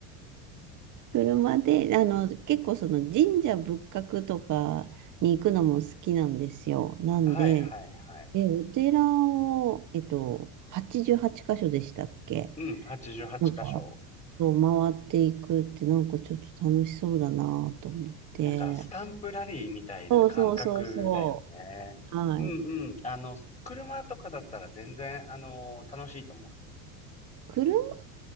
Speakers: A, on the right (about 45°); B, on the left (about 15°).
A: 車で、あの、結構その神社仏閣とかに行くのも好きなんですよ。なんで、
B: はいはいはい。
A: え、お寺を、えっと、88箇所でしたっけ
B: うん、88箇所。
A: なんか、そう回っていくってなんかちょっと楽しそうだなと思って。
B: なんか、スタンプラリーみたいな感覚だよね。
A: そうそうそうそう。はい。
B: うんうん。あの、車とかだったら全然、あの、楽しいと思うよ。
A: 車だっ